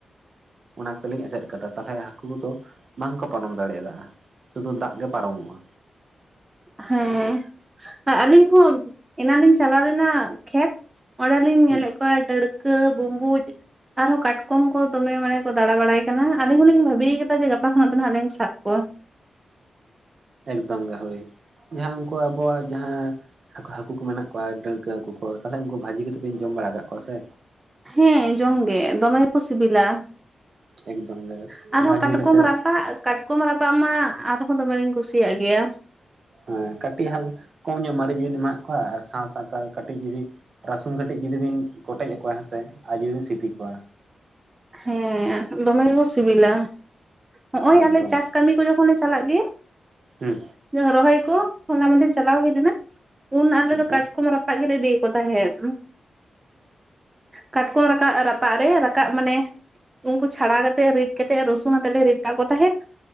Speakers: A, on the right; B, on the right.
A: ᱚᱱᱟ ᱛᱮᱞᱤᱧ ᱮᱥᱮᱫ ᱟᱠᱟᱫᱟ ᱛᱟᱦᱚᱞᱮ ᱦᱟᱹᱠᱩ ᱠᱚ ᱫᱚ ᱵᱟᱝ ᱠᱚ ᱯᱟᱨᱚᱢ ᱫᱟᱲᱮ ᱟᱫᱟᱼᱼ ᱥᱩᱫᱷᱩ ᱫᱟᱜ ᱜᱮ ᱯᱟᱨᱚᱢᱚᱜᱼᱟ᱾
B: ᱦᱮᱸ ᱟᱹᱞᱤᱧ ᱦᱚᱸ ᱮᱱᱟᱝ ᱞᱤᱧ ᱪᱟᱞᱟᱣ ᱞᱮᱱᱟ ᱠᱷᱮᱛᱼᱼ ᱚᱸᱰᱮ ᱞᱤᱧ ᱧᱮᱞᱮᱫ
A: ᱦᱮᱸ
B: ᱠᱚᱣᱟ ᱰᱟᱹᱲᱠᱟᱹ ᱵᱩᱢᱵᱩᱡᱼᱼ ᱟᱨᱦᱚᱸ ᱠᱟᱴᱠᱚᱢ ᱠᱚ ᱫᱚᱢᱮ ᱢᱟᱱᱮ ᱠᱚ ᱫᱟᱬᱟ ᱵᱟᱲᱟᱭ ᱠᱟᱱᱟ ᱟᱹᱞᱤᱧ ᱦᱚᱞᱤᱧ ᱵᱷᱟᱹᱵᱤ ᱟᱠᱟᱫᱟ ᱡᱮ ᱜᱟᱯᱟ ᱠᱷᱚᱱᱟᱜ ᱫᱚ ᱞᱤᱧ ᱥᱟᱵ ᱠᱚᱣᱟ᱾
A: ᱮᱠᱫᱚᱢ ᱜᱮ ᱦᱳᱭ᱾ ᱡᱟᱦᱟᱸ ᱩᱱᱠᱩ ᱟᱵᱚᱣᱟᱜ ᱡᱟᱦᱟᱸᱼᱼ ᱦᱟᱹᱠᱩ ᱦᱟᱹᱠᱩ ᱠᱚ ᱢᱮᱱᱟᱜ ᱠᱚᱣᱟ ᱰᱟᱹᱲᱠᱟᱹ ᱦᱟᱹᱠᱩ ᱠᱚ ᱛᱟᱦᱚᱞᱮ ᱩᱱᱠᱩ ᱵᱷᱟᱹᱡᱤ ᱠᱟᱛᱮᱫ ᱵᱤᱱ ᱡᱚᱢ ᱵᱟᱲᱟ ᱟᱠᱟᱫ ᱠᱚᱣᱟ ᱥᱮᱼᱼ
B: ᱦᱮᱸ ᱡᱚᱢ ᱜᱮ ᱫᱚᱢᱮ ᱜᱮᱠᱚ ᱥᱤᱵᱤᱞᱟ᱾ <inaudible>
A: ᱮᱠᱫᱚᱢ ᱜᱮ
B: ᱟᱨᱦᱚᱸ
A: ᱵᱷᱟᱹᱡᱤ
B: ᱠᱟᱴᱠᱚᱢ
A: ᱠᱟᱛᱮᱫ
B: ᱨᱟᱯᱟᱜᱼᱼ ᱠᱟᱴᱠᱚᱢ ᱨᱟᱯᱟᱜ ᱢᱟ ᱟᱨᱦᱚᱸ ᱫᱚᱢᱮ ᱞᱤᱧ ᱠᱩᱥᱤᱭᱟᱜ ᱜᱮᱭᱟ᱾
A: ᱦᱮᱸ ᱠᱟᱹᱴᱤᱡ <unintelligible> ᱠᱚᱢ ᱧᱚᱜ ᱢᱟᱨᱤᱡ ᱵᱤᱱ ᱮᱢᱟᱜ ᱠᱚᱣᱟ ᱟᱨ ᱥᱟᱶ ᱥᱟᱶᱛᱮ ᱠᱟᱹᱴᱤᱡ ᱡᱩᱫᱤᱼᱼ ᱨᱟᱹᱥᱩᱱ ᱠᱟᱹᱴᱤᱡ ᱡᱩᱫᱤ ᱵᱤᱱ ᱠᱚᱴᱮᱡ ᱟᱠᱚᱣᱟ ᱦᱮᱸᱥᱮ ᱟᱨ ᱡᱩᱫᱤ ᱵᱤᱱ ᱥᱤᱯᱤ ᱠᱚᱣᱟᱼᱼ
B: ᱦᱮᱸ ᱫᱚᱢᱮ ᱜᱮᱠᱚ ᱥᱤᱵᱤᱞᱟ᱾ ᱱᱚᱸᱜᱼᱚᱭ
A: ᱮᱠᱫᱚᱢ
B: ᱟᱞᱮ ᱪᱟᱥ ᱠᱟᱹᱢᱤ ᱠᱚ ᱡᱚᱠᱷᱚᱱ ᱞᱮ ᱪᱟᱞᱟᱜ ᱜᱮᱼᱼ
A: ᱦᱩᱸ
B: <unintelligible> ᱨᱚᱦᱚᱭ ᱠᱚ ᱦᱚᱞᱟ ᱢᱟᱦᱫᱮᱨ ᱪᱟᱞᱟᱣ ᱦᱩᱭ ᱞᱮᱱᱟ ᱩᱱ ᱟᱞᱮ
A: ᱮᱠᱫᱚᱢ
B: ᱫᱚ ᱠᱟᱴᱠᱚᱢ ᱨᱟᱯᱟᱜᱼᱼ ᱨᱟᱯᱟᱜ ᱜᱮᱞᱮ ᱤᱫᱤᱭᱮᱫ ᱠᱚ ᱛᱟᱸᱦᱮᱫ᱾ ᱠᱟᱴᱠᱚᱢ <unintelligible> ᱨᱟᱯᱟᱜ ᱨᱮ <unintelligible> ᱢᱟᱱᱮᱼᱼ ᱩᱱᱠᱩ ᱪᱷᱟᱲᱟᱣ ᱠᱟᱛᱮᱫ ᱨᱤᱫ ᱠᱟᱛᱮᱜ ᱨᱚᱥᱩᱱ ᱟᱛᱮᱫ ᱞᱮ ᱨᱤᱫ ᱠᱟᱠᱚ ᱛᱟᱦᱮᱸᱫᱼᱼ